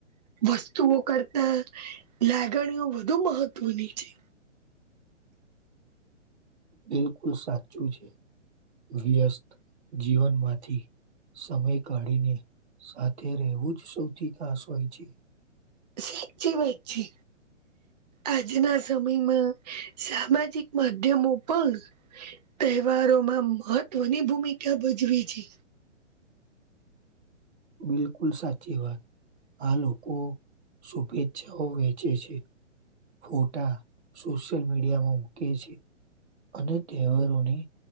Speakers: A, on the right; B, on the right.
A: વસ્તુઓ કરતા લાગણીઓ વધુ મહત્વની છે.
B: બિલકુલ સાચું છે વ્યસ્ત જીવનમાંથી સમય કાઢીને સાથે રહેવું જ સૌથી ખાસ હોય છે.
A: સાચી વાત છે. આજના સમયમાં સામાજિક માધ્યમો પણ તહેવારોમાં મહત્વની ભૂમિકા ભજવી છે.
B: બિલકુલ સાચી વાત આ લોકો શુભેચ્છાઓ વેચે છે ફોટા સોશિયલ મીડિયામાં મૂકે છે. અને તહેવારોની